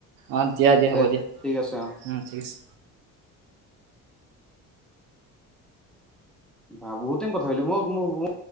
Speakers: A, on the right; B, in the centre.
A: অঁ দিয়া দিয়া
B: দে
A: হ'ব দিয়া
B: ঠিক আছে অ
A: ঠিক আছে
B: ভ বহুত দিন কথা কিলি মই